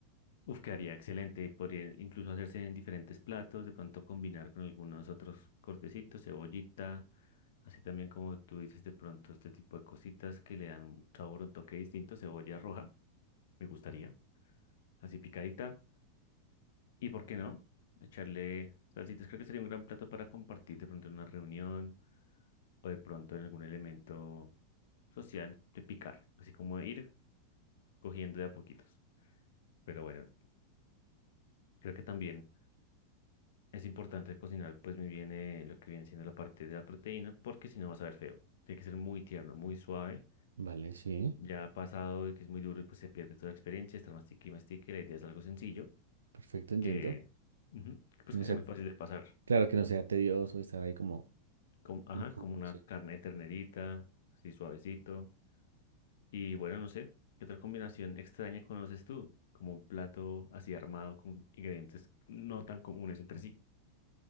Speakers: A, on the left; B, on the right.
A: Uf, quedaría excelente. Podría incluso hacerse en diferentes platos, de pronto combinar con algunos otros cortecitos, cebollita, así también como tú dices, de pronto este tipo de cositas que le dan un sabor, un toque distinto, cebolla roja, me gustaría, así picadita. ¿Y por qué no? Echarle salsitas, creo que sería un gran plato para compartir de pronto en una reunión o de pronto en algún elemento social de picar, así como ir cogiendo de a poquitos. Pero bueno, creo que también. Es importante cocinar pues muy bien eh, lo que viene siendo la parte de la proteína porque si no va a saber feo. Tiene que ser muy tierno, muy suave.
B: Vale, sí,
A: Ya ha pasado y que es muy duro y pues se pierde toda la experiencia, estar mastique y mastique. La idea es algo sencillo
B: perfecto, entiendo.
A: que ujú, pues
B: Que
A: que
B: no
A: sea
B: sea,
A: muy fácil de pasar.
B: claro que no sea tedioso y estar ahí como...
A: Como, ajá,
B: Ujú,
A: como una
B: Sí.
A: carne de ternerita, así suavecito. Y bueno, no sé, ¿qué otra combinación extraña conoces tú? Como un plato así armado con ingredientes no tan comunes entre sí.